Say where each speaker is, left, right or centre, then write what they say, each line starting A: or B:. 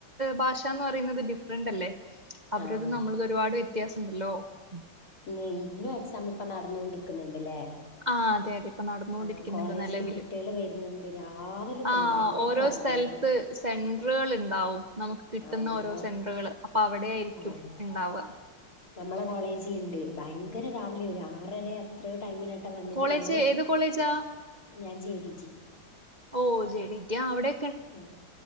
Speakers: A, on the right (about 25°); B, on the left (about 85°).
A: ഭാഷ എന്ന് പറയുന്നത് ഡിഫറന്റ് അല്ലേ അവരത്
B: ആഹ്
A: നമ്മളത് ഒരുപാട് വ്യത്യാസമൊണ്ടല്ലോ ഉം
B: ഇന്ന് ഇയിനും എക്സാം ഇപ്പോ നടന്നോണ്ടിരിക്കുന്നുണ്ടയെല്ലേ
A: ആ അതെ അതെ ഇപ്പൊ നടന്നുകൊണ്ടിരിക്കുന്നുണ്ട്
B: ആഹ് കോളേജില്
A: നിലവില്
B: കുട്ടികള് വരുന്നുണ്ട് രാവിലെ തന്നെ
A: ആഹ്
B: ഭയങ്കര
A: ഓരോ
B: രാവിലെ
A: സ്ഥലത്ത്
B: വരുന്ന്
A: സെന്ററുകൾ ഉണ്ടാവും നമുക്ക് കിട്ടുന്ന
B: ആഹ് നമ്മളെ
A: ഓരോ സെന്ററുകള് അപ്പോ അവിടെ ആയിരിക്കും
B: ആഹ്
A: ഉണ്ടാവ
B: നമ്മളെ കോളേജിലുണ്ട് ഭയങ്കര രാവിലെ വരുക ആറര എത്രയോ ടൈമിനട്ടം വന്നിട്ട്
A: കോളേജ്
B: നമ്മള്
A: ഏത് കോളേജാ
B: ഞാൻ ജെ ഡി ജി
A: ഓ ജോലികിട്ടിയ അവിടെ
B: മം